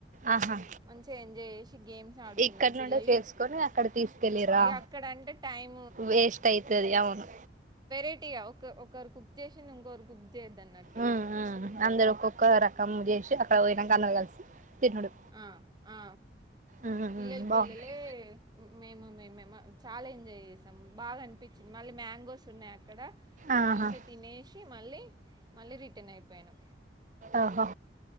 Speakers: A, on the right; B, on the right.
A: ఆహా
B: మంచిగా ఎంజాయ్ చేసి గేమ్స్ ఆడుకున్నాం
A: ఇక్కడ
B: పిల్లలు
A: నుండే చేసుకొని అక్కడ తీసుకెళ్ళిరా
B: అక్కడ అంటే టైం
A: వేస్ట్ అయితది అవును
B: ఏటి ఒక ఒకరు కుక్ చేసింది ఇంకోకరు కుక్ చేయొద్దు అన్నట్టు
A: ఆ ఆ అందరు ఒక్కొక్క రకం చేసి అక్కడ పోయినాక అందరు కలిసి తినుడు
B: ఆ ఆ
A: ఉమ్
B: పిల్లల
A: ఉమ్
B: పిల్లలే
A: బాగుంటది
B: మేము మేమే మా చాలా ఎంజాయ్ చేసాము బాగా అనిపించింది. మళ్ళీ మ్యాంగోస్ ఉన్నాయి అక్కడ
A: ఆహా
B: మంచిగా తినేసి మళ్ళీ మళ్ళీ రిటర్న్ అయిపోయాను.
A: ఆహా